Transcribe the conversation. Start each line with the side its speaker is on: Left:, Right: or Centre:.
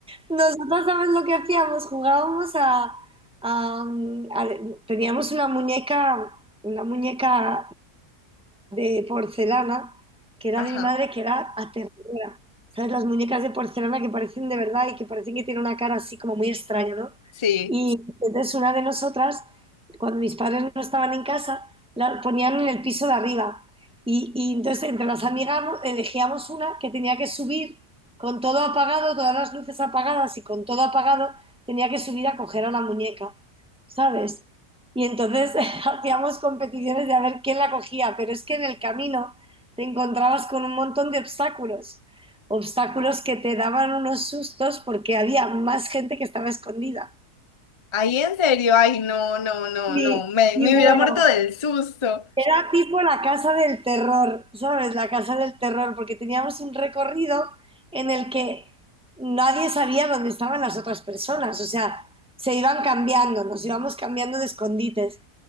Centre: Nosotros, ¿sabes lo que hacíamos? Jugábamos a, a, mm, a- Teníamos una muñeca, una muñeca de porcelana, que era
Left: ajá,
Centre: de mi madre, que era aterradora. ¿Sabes? Las muñecas de porcelana que parecen de verdad y que parecen que tienen una cara así como muy extraña, ¿no?
Left: sí.
Centre: Y entonces una de nosotras, cuando mis padres no estaban en casa, la ponían en el piso de arriba. Y, y entonces entre las amigas no- elegíamos una que tenía que subir con todo apagado, todas las luces apagadas y con todo apagado, tenía que subir a coger a la muñeca, ¿sabes? Y entonces <laughs> hacíamos competiciones de a ver quién la cogía, pero es que en el camino te encontrabas con un montón de obstáculos, obstáculos que te daban unos sustos porque había más gente que estaba escondida.
Left: Ahí en serio, ay, no, no, no,
Centre: Y,
Left: no, me,
Centre: y
Left: me
Centre: bueno,
Left: hubiera muerto del susto.
Centre: era tipo la casa del terror, ¿sabes? La casa del terror, porque teníamos un recorrido en el que nadie sabía dónde estaban las otras personas, o sea, se iban cambiando, nos íbamos cambiando de escondites